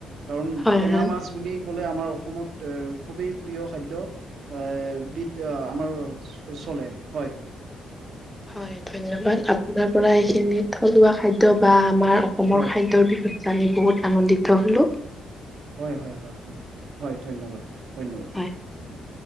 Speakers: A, on the right; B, in the centre.
A: কাৰণ
B: হয়,
A: টেঙা
B: হয়।
A: মাছ বুলি ক'লে আমাৰ অ অসমত এ খুবেই প্ৰিয় খাদ্য এ বিধ আ, আমাৰ চলে হয়।
B: হয়, ধন্যবাদ। আপোনাৰ পৰা এইখিনিত থলুৱা খাদ্য বা আমাৰ অসমৰ
A: হয়
B: খাদ্যৰ বিষয়ে জানি বহুত আনন্দিত হলোঁ।
A: হয়, হয়, হয়, হয়, হয় ধন্যবাদ, ধন্যবাদ
B: হয়
A: হয়।